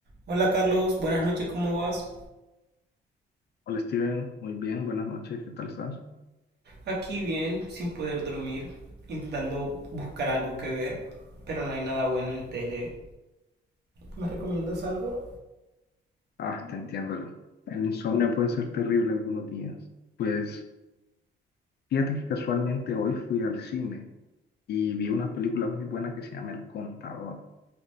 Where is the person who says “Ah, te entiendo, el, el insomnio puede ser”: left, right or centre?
Left